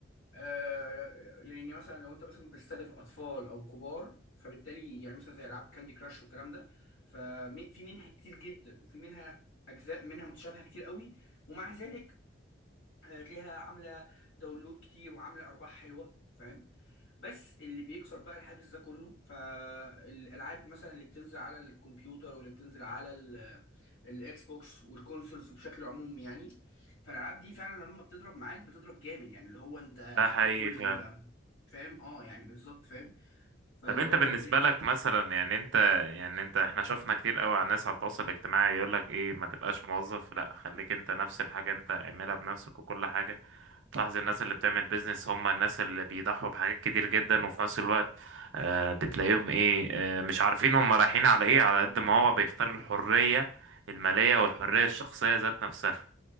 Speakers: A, on the left (about 80°); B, on the right (about 70°).
A: آه، يعني مثلا لو انت مثلا بتستهدف اطفال او كبار فبالتالي يعني مثلا زي العاب كاندي كراش والكلام ده ففي منها كتير جدا وفي منها اجزاء منها متشابهه كتير قوي ومع ذلك آه، تلاقيها عامله داونلود كتير وعامله ارباح حلوه فاهم بس اللي بيكسر بقى الحاجز ده كله فالالعاب مثلا اللي بتنزل على الكمبيوتر واللي بتنزل على ال- الاكس بوكس والكونسولز بشكل عموم يعني فالالعاب دي فعلا لما بتضرب معاك بتضرب جامد يعني اللي هو انت
B: ده
A: صباح
B: حقيقي
A: الفل
B: فعلا
A: انت فاهم اه يعني بالظبط فاهم فاللي
B: طب انت
A: هو
B: بالنسبة
A: بتلاقي
B: لك مثلا يعني انت يعني انت احنا شفنا كتير قوي على الناس على التواصل الاجتماعي يقول لك ايه ما تبقاش موظف لا خليك انت نفس الحاجة انت اعملها بنفسك وكل حاجة تلاحظ الناس اللي بتعمل بيزنس هم الناس اللي بيضحوا بحاجات كتير جدا وفي نفس الوقت آه بتلاقيهم ايه آه مش عارفين هم رايحين على ايه على قد ما هو بيختار الحرية المالية والحرية الشخصية ذات نفسها